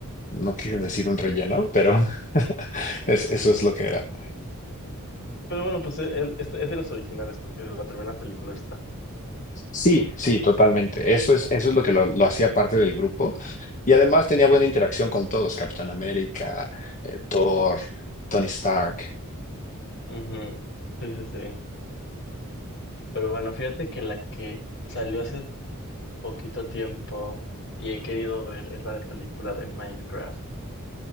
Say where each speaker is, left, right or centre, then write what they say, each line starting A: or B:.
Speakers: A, on the left; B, on the left.
A: no quiero decir un relleno, pero <laughs> es- eso es lo que era.
B: Pero bueno, pues eh, es, es- es de los originales, porque de la primera película está.
A: Sí, sí, totalmente. Eso es, eso es lo que lo, lo hacía parte del grupo. Y además tenía buena interacción con todos, Capitán América, eh, Thor, Tony Stark.
B: Ujú. Sí, sí, sí. Pero bueno, fíjate que la que salió hace poquito tiempo y he querido ver es la película de Minecraft.